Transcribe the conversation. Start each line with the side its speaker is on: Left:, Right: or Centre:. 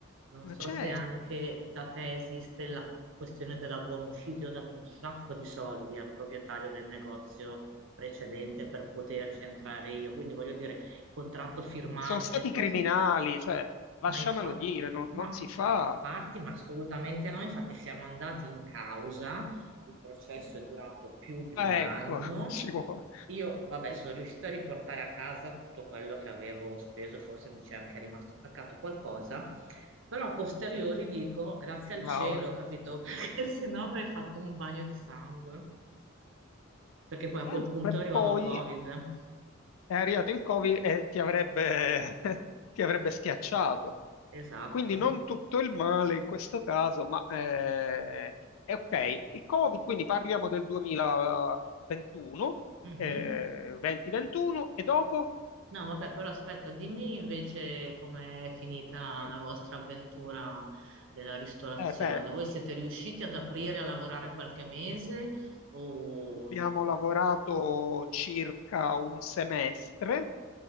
Right: Non
Left: Ma
Right: so
Left: certo.
Right: se anche da te esiste la questione della buona uscita. Io ho dato un sacco di soldi al proprietario del negozio precedente per poterci entrare io. Quindi voglio dire, contratto firmato,
Left: sono stati
Right: le cose
Left: criminali, cioè, lasciamelo
Right: ma infatti,
Left: dire, non,
Right: ma,
Left: non si fa.
Right: ma infatti, ma assolutamente no, infatti siamo andati in causa, il processo è durato più di un
Left: Eh,
Right: anno.
Left: Ecco, <laughs> ci vuole.
Right: Io, vabbè, sono riuscita a riportare a casa tutto quello che avevo speso, forse mi c'è anche rimasto attaccato qualcosa, però a posteriori dico grazie al
Left: Brava.
Right: cielo, capito? <laughs> Perché se no avrei fatto un bagno di sangue, perché poi a
Left: Eh,
Right: quel punto
Left: Per
Right: è arrivato
Left: poi
Right: il Covid.
Left: è arrivato il Covid e ti avrebbe, <laughs> ti avrebbe
Right: Esatto.
Left: schiacciato.
Right: Esatto.
Left: Quindi non tutto il male in questo caso, ma eh, è ok. Il Covid, quindi parliamo del 2021,
Right: Mhm.
Left: eh, 2021 e dopo?
Right: No, vabbè, però aspetta, dimmi invece com'è finita
Left: Mm,
Right: la vostra avventura della ristorazione.
Left: Eh beh,
Right: Voi siete riusciti ad aprire a lavorare qualche mese o...
Left: Abbiamo lavorato circa un semestre,